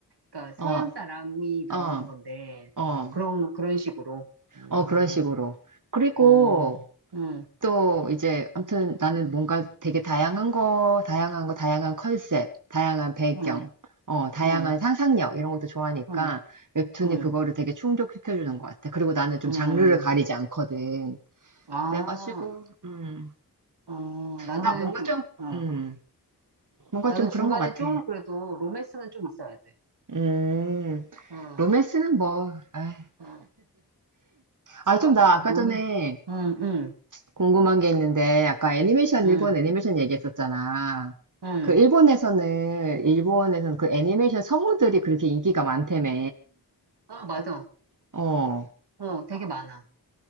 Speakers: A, on the right (about 90°); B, on the right (about 50°).
A: 그러니까 서양
B: 어,
A: 사람이 나오는
B: 어,
A: 건데,
B: 어,
A: 어, 그런, 그런 식으로. 음,
B: 어, 그런 식으로. 그리고
A: 음, 음,
B: 또 이제 아무튼 나는 뭔가 되게 다양한 거, 다양한 거, 다양한 컨셉, 다양한 배경,
A: 음,
B: 어, 다양한
A: 음,
B: 상상력 이런 것도 좋아하니까
A: 음,
B: 웹툰이
A: 음, 음.
B: 그거를 되게 충족시켜주는 것 같아. 그리고 나는 좀
A: 음.
B: 장르를 가리지 않거든.
A: 아,
B: 그래가지고 음,
A: 어, 나는,
B: 나 뭔가
A: 그,
B: 좀
A: 어,
B: 음, 뭔가
A: 나는
B: 좀 그런
A: 중간에
B: 것 같아.
A: 좀 그래도 로맨스는 좀 있어야 돼.
B: 음,
A: 어.
B: 로맨스는 뭐, 아,
A: 어. 저,
B: 아, 좀나 아까
A: 몸맨
B: 전에
A: 응, 응,
B: 궁금한 게 있는데, 아까 애니메이션,
A: 응,
B: 일본 애니메이션 얘기했었잖아.
A: 응.
B: 그 일본에서는, 일본에서는 그 애니메이션 성우들이 그렇게 인기가 많다며.
A: 어, 맞아.
B: 어,
A: 어, 되게 많아.